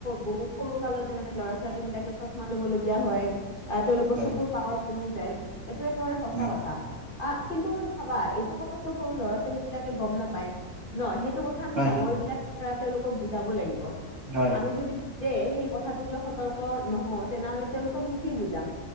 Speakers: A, on the left (about 35°); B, on the right (about 55°).
A: বহু সৰু কালতে মানে ল'ৰা ছোৱালীবিলাকে চচমা ল'ব লগগীয়া হয়, আ, তেওঁলোকৰ
B: হয়
A: চকুত পাৱাৰ কমি যায়, এইটো একেবাৰে সঁচা
B: উম
A: কথা কা কিন্তু চাবা এইটো কথাটো সৰু ল'ৰা ছোৱালীবিলাকে গ'ম নাপায় ন' সেইটো কথা কথা আমি
B: হয়
A: ডাঙৰবিলাক
B: হয়
A: ধৰা তেওঁলোকক বুজাব লাগিব।
B: হয়
A: আমি যদি সেই কথাটোক লৈ সতৰ্ক নহওঁ তেনেহ'লে তেওঁলোককনো কি বুজাম।